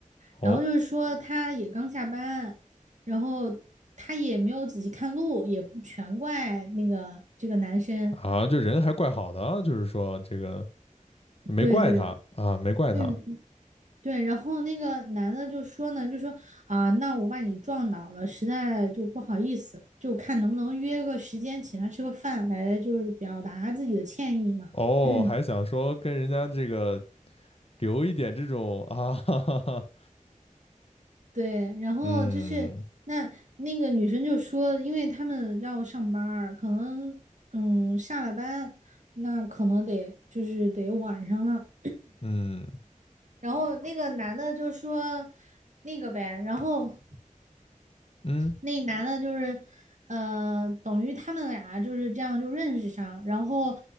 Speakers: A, on the left; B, on the right.
A: 哦，
B: 然后就是说，她也刚下班，然后她也没有仔细看路，也不全怪那个这个男生。
A: 啊，就人还怪好的啊就是说这个没怪他啊，
B: 对对
A: 没怪他，
B: 对，对，然后那个男的就说呢，就说啊，那我把你撞倒了，实在就不好意思，就看能不能约个时间请他吃个饭，来就是表达自己的歉意嘛。
A: 哦，
B: <clears throat>
A: 还想说跟人家这个留一点这种啊，<laughs> 哈哈哈，
B: 对，然后就是那那个女生就说，
A: 嗯
B: 因为他们要上班儿可能嗯下了班，那可能得就是得晚上了。
A: 嗯
B: 然后那个男的就说那个呗，然后。
A: 嗯
B: 那男的就是，呃，等于他们俩就是这样就认识上，然后